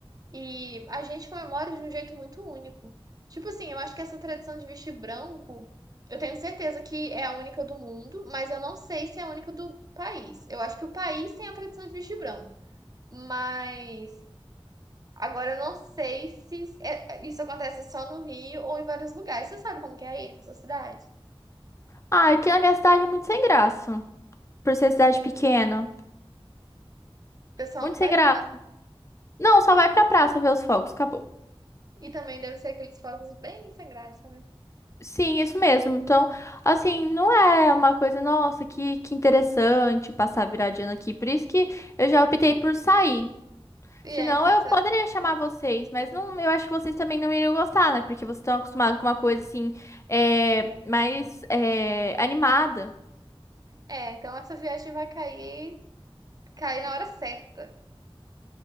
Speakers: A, on the right (about 40°); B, on the left (about 30°).
A: E a gente comemora de um jeito muito único. Tipo assim, eu acho que essa tradição de vestir branco, eu tenho certeza que é a única do mundo, mas eu não sei se é a única do país. Eu acho que o país tem a tradição de vestir branco, mas agora eu não sei se é- isso acontece só no Rio ou em vários lugares. Você sabe como que é aí na sua cidade?
B: Ah, aqui na minha cidade é muito sem graça. Por ser cidade pequena.
A: O pessoal
B: Muito
A: não faz
B: sem graça.
A: nada.
B: Não, só vai pra praça ver os fogos, acabou.
A: E também deve ser aqueles fogos bem sem graça, né?
B: Sim, isso mesmo. Então, assim, não é uma coisa, nossa, que, que interessante passar viradinha aqui. Por isso que eu já optei por sair.
A: E
B: Senão
A: é, então
B: eu
A: essa,
B: poderia chamar vocês, mas não, eu acho que vocês também não iriam gostar, né? Porque vocês estão acostumados com uma coisa assim, é, mais é, animada.
A: é, então essa viagem vai cair, cair na hora certa,